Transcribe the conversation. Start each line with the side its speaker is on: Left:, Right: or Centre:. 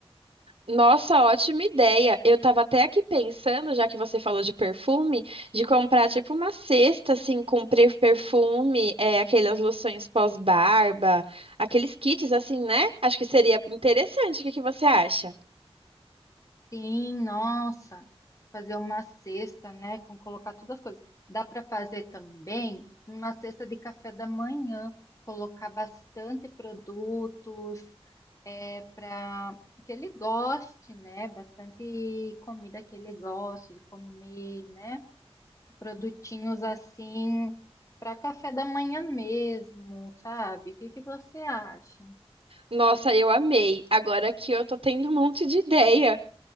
Right: Nossa, ótima ideia. Eu tava até aqui pensando, já que você falou de perfume, de comprar tipo uma cesta assim com pre- perfume, é, aquelas loções pós-barba, aqueles kits assim, né? Acho que seria interessante. O que que você acha?
Left: Sim, nossa, fazer uma cesta, né, com colocar todas as coisas. Dá para fazer também uma cesta de café da manhã, colocar bastante produtos é, para que ele goste, né, bastante comida que ele goste de comer, né, produtinhos assim para café da manhã mesmo, sabe? O que que você acha?
Right: Nossa, eu amei. Agora que eu tô tendo um monte de ideia.